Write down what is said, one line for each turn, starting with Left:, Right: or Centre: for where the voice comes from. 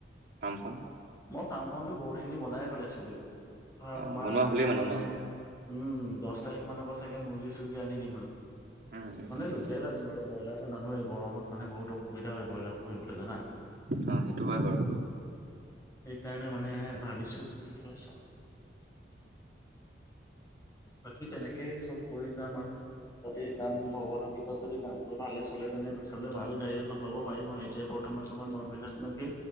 Right: ফাৰ্মখন?
Left: মই ফাৰ্মখনতো বহুতখিনি বনাই পেলাইছোঁগৈ। ধৰা
Right: অ
Left: তোমাৰ
Right: বনোৱা হ'লেই
Left: মই
Right: মানে ন
Left: উম দছ তাৰিখ মানৰ পৰা চাগে মুৰ্গী চৰ্গী আনি দিম আৰু।
Right: উম উম
Left: মানে
Right: উম
Left: লোকেল আনিম আৰু ব্ৰইলাৰটো নানোৱেই গৰমত মানে বহুত সুবিধা হয় ব্ৰইলাৰ পুহিবলৈ জানা।
Right: অ সেইটো হয় বাৰু
Left: সেইকাৰণে মানে ভাবিছো কি হয় চাও। বাকী তেনেকেই চব কৰি যাম আৰু। যদি কাম ভগবানৰ কৃপাত যদি কাম কৰি ভালে চলে তেনে পিছলে ভাল গাড়ী এখন ল'ব পাৰিম আও, এতিয়া বৰ বৰ্তমান তোমাৰ নৰ্মেল এখনকেই